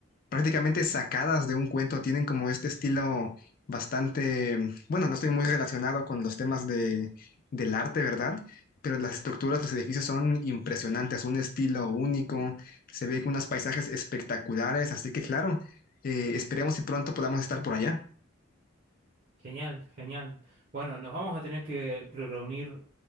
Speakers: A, on the left (about 45°); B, on the right (about 45°).
A: prácticamente sacadas de un cuento, tienen como este estilo bastante, bueno, no estoy muy relacionado con los temas de, del arte, ¿verdad? pero las estructuras, los edificios son impresionantes, un estilo único, se ve unos paisajes espectaculares, así que claro, eh, esperemos si pronto podamos estar por allá.
B: Genial, genial. Bueno, nos vamos a tener que re- reunir